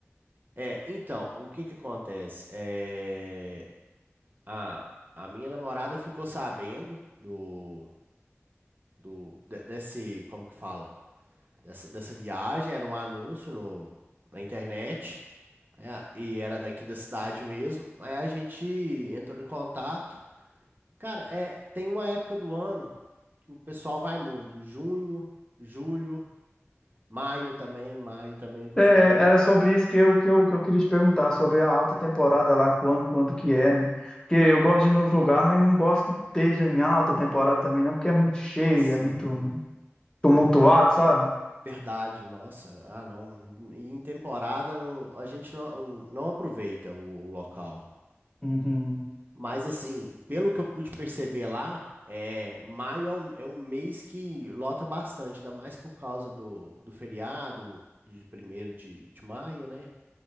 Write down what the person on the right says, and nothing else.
É, então, o que que acontece? É, a, a minha namorada ficou sabendo do, do de- desse, como que fala? Dessa, dessa viagem, era um anúncio no, na internet. É, e era daqui da cidade mesmo. Aí a gente entrou em contato. Cara, é, tem uma época do ano que o pessoal vai muito. Junho, julho, maio também. Maio também costuma
ir.
Sim,
verdade. Nossa, ah não. E em temporada não- a gente não, não aproveita o local.
Mas assim, pelo que eu pude perceber lá, é, maio é um, é um mês que lota bastante, ainda mais por causa do, do feriado de primeiro de, de maio, né?